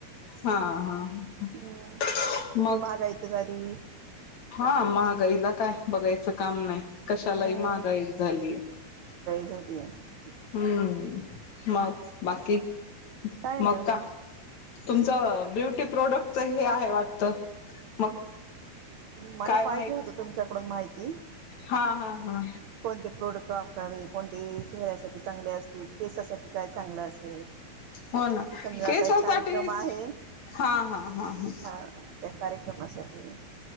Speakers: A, on the left (about 55°); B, on the right (about 75°).
A: हा हा हा.
B: हम्म किती
A: मग?
B: महागाई तर झाली
A: हा महागाईला काय, बघायचं. काम नाही कशालाही
B: हम्म
A: महागाई झालीये
B: <unintelligible>
A: हम्म. मग बाकी? मग
B: नाही बघा
A: काय? तुमचं ब्युट टी प्रोडक्टचं हे आहे वाटत. मग
B: मला
A: काय
B: पाहिजे
A: माहित
B: होत तुमच्याकडून माहिती
A: हा हा हा
B: कोणते प्रोडक्ट वापरावे? कोणते चेहऱ्यासाठी चांगले असतील? केसासाठी काय चांगलं असेल?
A: हो ना
B: समजा
A: केसासाठी
B: आता एक कार्यक्रम आहे
A: हा हा ह
B: हा त्या कार्यक्रमासाठी.